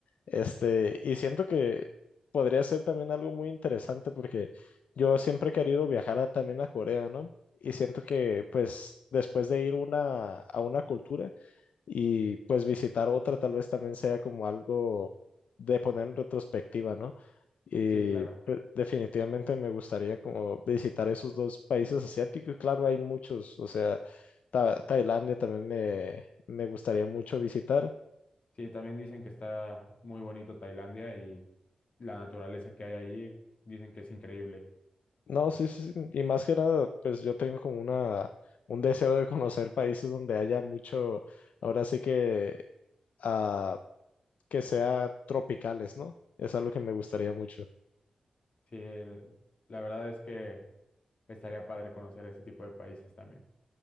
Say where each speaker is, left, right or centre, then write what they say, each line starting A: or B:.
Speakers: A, on the left; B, on the left.
A: Este, y siento que podría ser también algo muy interesante porque yo siempre he querido viajar a- también a Corea, ¿no? Y siento que, pues, después de ir una, a una cultura, y pues visitar otra tal vez también sea como algo de poner en retrospectiva, ¿no? Y
B: Sí, claro.
A: pues, definitivamente me gustaría como visitar esos dos países asiáticos. Claro, hay muchos, o sea, Ta- Tailandia también me, me gustaría mucho visitar.
B: Sí, también dicen que está muy bonito Tailandia y la naturaleza que hay allí dicen que es increíble.
A: No, sí, sí, sí, y más que nada, pues yo tengo como una, un deseo de conocer países donde haya mucho, ahora sí que, ah, que sea tropicales, ¿no? Es algo que me gustaría mucho.
B: Sí, el- la verdad es que estaría padre conocer ese tipo de países también.